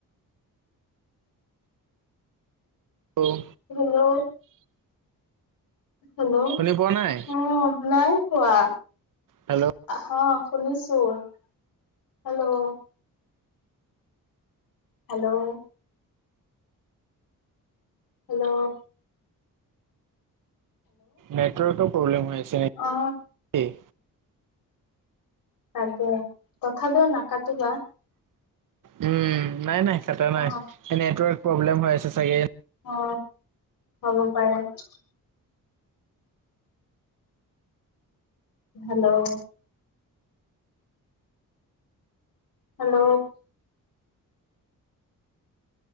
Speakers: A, on the right; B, on the left.
A: অঁ।
B: হেল্লো? হেল্লো'?
A: শুনি পোৱা নাই
B: অ আপোনাৰ--। কোৱা।
A: হেল্ল'
B: আঁহ। শুনিছো hello. Hello. Hello.
A: Network problem হৈ আছেনে
B: অ
A: এই।
B: তাকে তথাপিওঁ নাকাটিবা।
A: উম্' নাই-নাই। কাটা
B: অ
A: নাই নেটৱৰ্ক প্ৰব্লেম। প্ৰব্লেম হৈ আছে চাগে।
B: অ, হ'ব পাৰে--। হেল্ল'? হেল্ল'?